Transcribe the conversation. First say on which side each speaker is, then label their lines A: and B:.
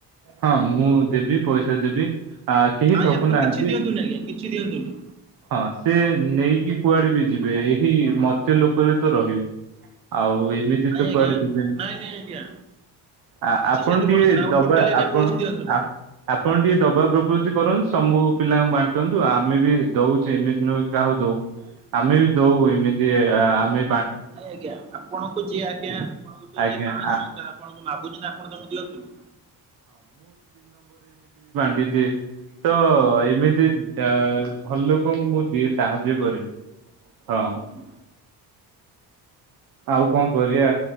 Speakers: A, on the right (about 55°); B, on the right (about 15°).
A: ହଁ ମୁଁ ଦେବି ପଇସା ଦେବି। ହାଁ କେହି
B: କାଇଁ
A: ଠକୁ
B: ଆପଣ
A: ନାହାଁନ୍ତି
B: କିଛି ଦିଅନ୍ତୁନି ଆଜ୍ଞା କିଛି ଦିଅନ୍ତୁନି।
A: ହଁ ସେ ନେଇକି କୁଆଡେ ବି ଯିବେ ଏହି ମର୍ତ୍ତ୍ୟ ଲୋକରେ ତ ରହିବେ। ଆଉ ଏ ନେଇକି
B: ନାଇଁ
A: ତ
B: ଆଜ୍ଞା
A: କୁଆଡେ ଯିବେନି।
B: ନାଇଁ ନାଇଁ ଆଜ୍ଞା
A: ଆ-ଆପଣ
B: କିଛି ସେମିତି
A: ଟିକେ
B: କରନ୍ତୁନି ଆପଣ
A: ଦବା
B: ଟୋଟାଲି ଆଜ୍ଞା
A: ଆପଣ
B: ପଇସା ଦିଅନ୍ତୁନି।
A: ଆପ ଆପଣ ଟିକେ ଦେବା ପ୍ରକୃତି କରନ୍ତୁ। ସମ୍ବୁ ପିଲାଙ୍କୁ ବାଣ୍ଟନ୍ତୁ ଆମେ ବି ଦଉଚୁ ଏମିତି ନୁହଁକି କାହାକୁ ଦଉନୁ। ଆମେ ବି ଦଉ ଏମିତି ଆ-ଆ-ଆମେ
B: ନାଁଇ ଆଜ୍ଞା ଆପଣଙ୍କୁ ଯିଏ ଆଜ୍ଞା ଆପଣଙ୍କ ଠୁ
A: ଆଜ୍ଞା
B: ଯିଏ ପାଁଆଁଶ
A: ଆ-
B: ଟଙ୍କା ଆପଣଙ୍କୁ ମାଗୁଚି ନା ଆପଣ ତାଙ୍କୁ ଦିଅନ୍ତୁ ନି।
A: ସେଦିଏ ତ ଏମିତି ଆ ଭଲ ଲୋକଙ୍କୁ ମୁଁ ଦିଏ। ମୁଁ ସାହାଯ୍ୟ
B: ଆଜ୍ଞା
A: କରେ ହଁ।
B: ହୁଁ।
A: ଆଉ କଣ କରିବା